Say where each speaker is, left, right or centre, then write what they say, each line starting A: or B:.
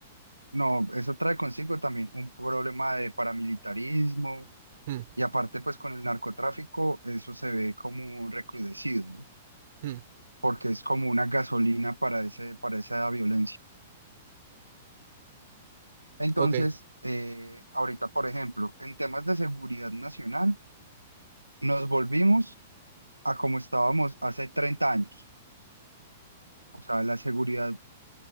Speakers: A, on the right; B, on the right.
A: no, eso trae consigo también un problema de paramilitarismo
B: Hmm,
A: y aparte pues con el narcotráfico eso se ve como recrudecido, ¿no?
B: hmm,
A: porque es como una gasolina para ese, para esa violencia. Entonces,
B: Ok.
A: eh, ahorita, por ejemplo, en temas de seguridad nacional, nos volvimos a como estábamos hace 30 años. O sea, la seguridad